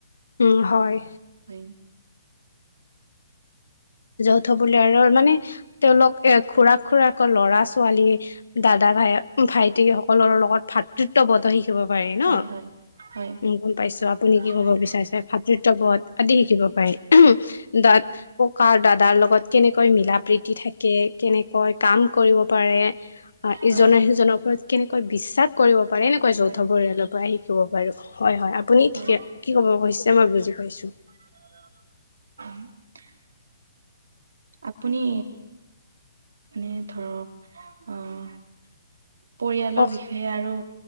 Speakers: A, on the left; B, on the right.
A: উম, হয়।
B: হয়
A: যৌথ পৰিয়ালৰ মানে তেওঁলোক এ খুৰা খুৰাককৰ ল'ৰা-ছোৱালী, দাদা ভায়েক ভাইটি সকলৰ লগত ভাতৃত্ববধ শিকিব পাৰি ন।
B: হয়
A: উম,
B: হয় হয়
A: গ'ম পাইছোঁ। আপুনি কি
B: হয়
A: ক'ব
B: হয়
A: বিচাৰিছে ভাতৃত্ববধ আদি শিকিব পাৰে। দা ককা দাদাৰ লগত কেনেকৈ মিলা প্ৰীতি থাকে, কেনেকৈ কাম কৰিব পাৰে।
B: হয়
A: ইজনে
B: হয়
A: সিজনৰ ওপৰত কেনেকৈ বিশ্বাস কৰিব পাৰে। এনেকুৱয় যৌথ
B: হয়
A: পৰিয়ালৰ পৰা শিকিব বাৰু হয়, হয়। আপুনি
B: হয়
A: ঠিকে কি ক'ব কৈছে, মই বুজি পাইছোঁ।
B: <unintelligible> <unintelligible> আপুনি মানে ধৰক আহ পৰিয়ালৰ
A: কওক
B: বিষয়ে আৰু